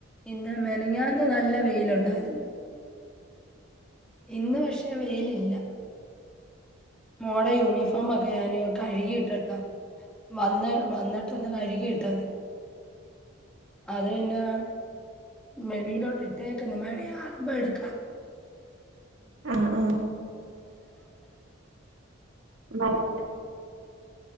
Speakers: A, in the centre; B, on the right.
A: ഇന്ന് മെനഞ്ഞാന്ന് നല്ല വെയിലുണ്ടായിരുന്ന്. ഇന്ന് പഷേ വെയിലില്ല. മോട യൂണിഫോം ഞാന് കഴുകിയിട്ടട്ടാ വന്ന് വന്ന് പ്പൊന്ന് കഴുകിയിട്ടാതെ. അത് പിന്നെ വെയിലോട്ട് ഇട്ടേക്ക്ന്ന് മഴയാ റുമ്പോ എടുക്കാം. <inaudible>
B: ആ ആ <unintelligible>